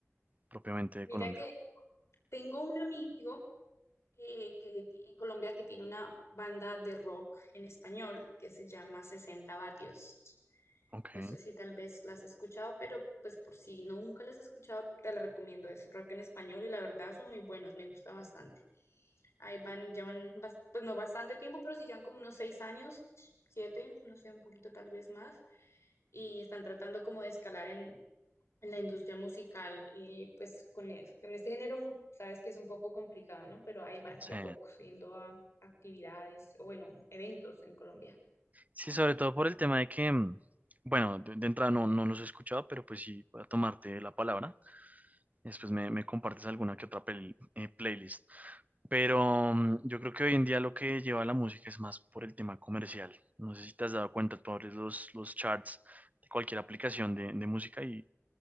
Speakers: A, on the right; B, on the left.
A: propiamente de
B: Mira
A: Colombia.
B: que tengo un amigo eh, que ti- en Colombia que tiene una banda de rock en español que se llama 60 Vatios.
A: Ok,
B: No sé si tal vez las has escuchado, pero pues por si nunca las has escuchado, te la recomiendo. Es rock en español y la verdad son muy buenos, me gusta bastante. Ahí van, llevan, bas- pues no bastante tiempo, pero sí llevan como unos seis años, siete, no sé, un poquito tal vez más. Y están tratando como de escalar en, en la industria musical, eh, pues con, es- con este género, sabes que es un poco complicado, ¿no? Pero ahí van,
A: sí.
B: de a poco, yendo a actividades, o bueno, eventos en Colombia,
A: Sí, sobre todo por el tema de que, mm, bueno, de, de entrada no, no los he escuchado, pero pues sí, voy a tomarte la palabra. Después me, me compartes alguna que otra pel- eh, playlist. Pero mm, yo creo que hoy en día lo que lleva la música es más por el tema comercial. No sé si te has dado cuenta, tú abres los, los charts de cualquier aplicación de, de música y